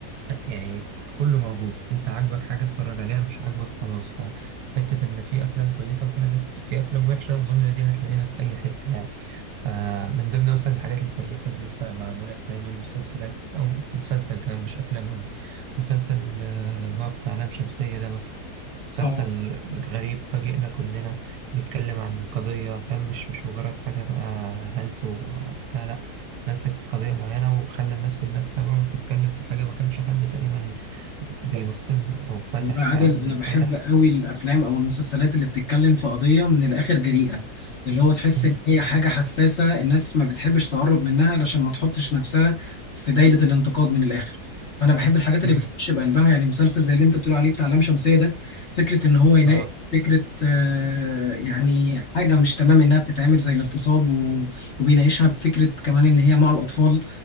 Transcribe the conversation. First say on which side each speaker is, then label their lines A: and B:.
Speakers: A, on the right; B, on the left.
A: يعني ك- كله موجود انت عاجبك حاجة اتفرج عليها مش عاجبك خلاص فحتة ان في افلام كويسة وفي حاجات في افلام وحشة اظن ان دي هتلاقيها في اي حتة يعني فمن ضمن مثلا الحاجات الكويسة اللي لسه معمولة السنة دي مسلسلات او مسلسل كمان مش افلام قصدي مسلسل آه، اللي هو بتاع لام شمسية ده مثلا مسلسل
B: اه
A: غريب فاجئنا كلنا بيتكلم عن قضية فاهم مش مش مجرد حاجة بقى هلس وبتاع لأ ماسك قضية معينة وخلى الناس كلها تتابعه وتتكلم في حاجة ما كانش حد تقريبا بيبص لها أو فتح
B: والله يا عادل
A: بيفتح
B: انا بحب قوي الافلام او المسلسلات اللي بتتكلم في قضيه من الاخر جريئه اللي هو تحس
A: مم.
B: ان هي حاجه حساسه الناس ما بتحبش تقرب منها علشان ما تحطش نفسها في دايره الانتقاد من الاخر فانا بحب الحاجات اللي
A: مم.
B: بتخش بقلبها يعني مسلسل زي اللي انت بتقول عليه بتاع لام شمسيه ده فكره ان هو يناقش
A: اه
B: فكرة آه، يعني حاجة مش تمام إنها بتتعمل زي الاغتصاب و- وبيناقشها بفكرة كمان إن هي مع الأطفال